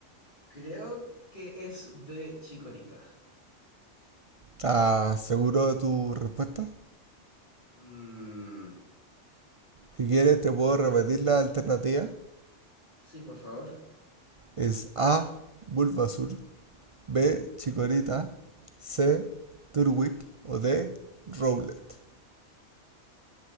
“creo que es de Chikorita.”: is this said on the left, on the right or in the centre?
Left